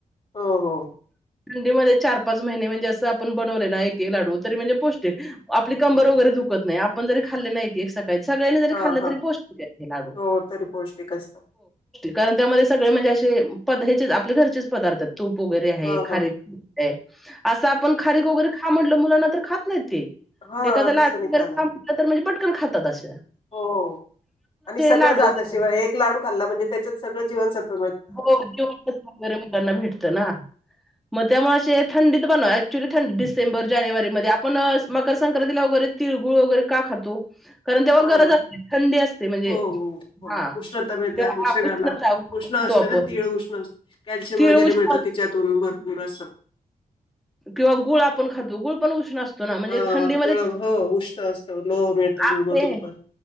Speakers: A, on the left; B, in the centre.
A: हो हो
B: थंडीमध्येध्ये चार पाच महिने म्हणजे असं आपण बनवले नाही एक एक लाडू तरी म्हणजे पौष्टिक आपली कंबर वगैरे दुखत नाही आपण जरी खाल्ले नाही एक सगळ्यांनी जरी
A: हा
B: खाल्
A: हा
B: तरी पष्ट लाडू
A: हो तरी पौष्टिक असतं
B: कारण त्यामध्ये सगळे म्हणजे असे प हेचेच आपले घरचेच पदार्थ आहेत स्टोप वगैरे आहे
A: हा
B: खारीेदी
A: हा
B: अ असं आपण खरे वगैरे खा म्हटलं मुलांना तर खात नाही ते
A: हा
B: एखाद लारे
A: तसं नाही खाणार
B: तरणजे <unintelligible> खात तग <inaudible>
A: हो आणि सगळं
B: लाडू
A: जातशिवाय
B: वगैरे
A: एक लाडू खाल्ला म्हणजे त्याच्यात सगळं जीवन सत्व
B: हो ज वगरे मुलांना भेटत ना मग त्यामुळे थंडी बनवा ऍक्च्युली थंडी डिसेंबर जानेवारी मध्ये आपण मकर संंक्रांतीला वगैरे तिळगुळ वगैरे का खातो कारण तेव्हा
A: हा
B: गरज असते थंडी असते म्हणजे
A: हो हो हो
B: हा
A: उष्णता मिळते
B: ते
A: आपल्या
B: हा
A: शरीराला
B: उष्णता
A: उष्ण
B: खातो
A: असत
B: आपण.
A: ना तीळ उष्ण असत, कॅल्शियम
B: तीळ
A: वगैरे
B: उष्ण
A: मिळतं त्याच्यातून भर- पुर स <unintelligible>
B: किंवा गुळ आपण खातो, गुळ पण उष्ण असतो. म्हणजे
A: अ
B: थंडीर
A: गुळ हो उष्ण असतं लोह मिळतं
B: आप <unintelligible>
A: गुळमधून
B: ले
A: पण